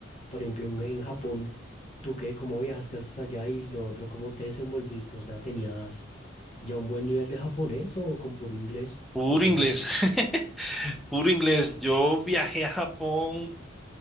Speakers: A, on the left (about 35°); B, in the centre.
A: Por ejemplo, en en Japón, ¿tú qué? ¿Cómo viajaste hasta allá? Y lo otro, ¿cómo te desenvolviste? O sea, tenías... ¿Ya un buen nivel de japonés o con puro inglés?
B: Puro
A: ¿O cómo?
B: inglés, <laughs> puro inglés. Yo viajé a Japón,